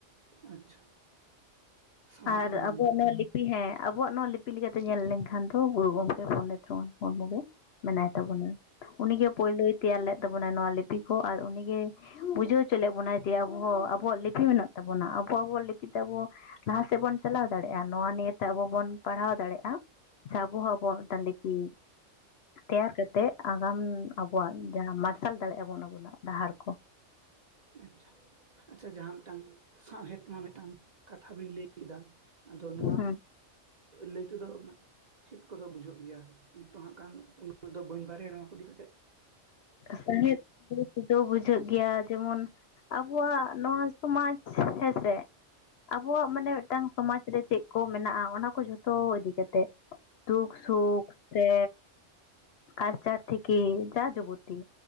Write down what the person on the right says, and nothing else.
ᱟᱪᱪᱷᱟ, ᱥᱟᱶᱦᱮᱫ
ᱢᱟᱹᱱ
ᱟᱪᱪᱷᱟ ᱟᱪᱪᱷᱟ ᱡᱟᱦᱟᱸ ᱢᱤᱫᱴᱟᱝ ᱥᱟᱶᱦᱮᱫ ᱨᱮᱱᱟᱜ ᱢᱤᱫᱴᱟᱝ ᱠᱟᱛᱷᱟ ᱵᱤᱱ ᱞᱟᱹᱭ ᱠᱮᱫᱟ ᱟᱫᱚ ᱱᱚᱣᱟ
ᱞᱟᱹᱭ ᱛᱮ ᱫᱚ ᱢᱟᱼ ᱪᱤᱛ ᱠᱚᱫᱚ ᱵᱩᱡᱷᱟᱹᱜ ᱜᱮᱭᱟ, ᱤᱱᱛᱚ ᱦᱟᱸᱜ ᱠᱷᱟᱱ ᱩᱱᱟᱹᱜ ᱫᱚ ᱵᱟᱹᱧ ᱵᱟᱨᱟᱭᱟ, ᱱᱚᱶᱟ ᱠᱚ ᱤᱫᱤ ᱠᱟᱛᱮᱫ᱾